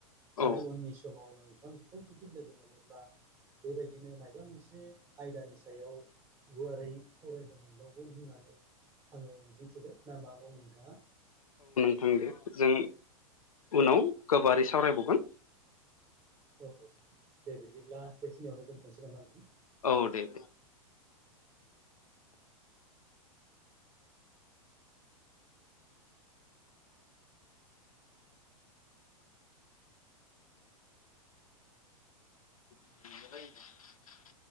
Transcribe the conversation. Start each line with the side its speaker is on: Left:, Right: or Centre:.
Left: औ
Right: आरो उननि समाव नों <unintelligible> खौ जुदि लोगो मोनोब्ला बेबायदिनो मायबा मोनसे आयदानि सायाव गुवारै सावरायनो मोनबावगोन होननानै। आंङो मिजिंथिबाय ना मा बुंङो नोंथांङा?
Left: नोंगो जों उनाव गोबारै सावरायबावगोन
Right: औ औ दे बिदिब्ला बेखिनियावनो दोनथ'नोसै नामा नोंथां
Left: औ दे <inaudible>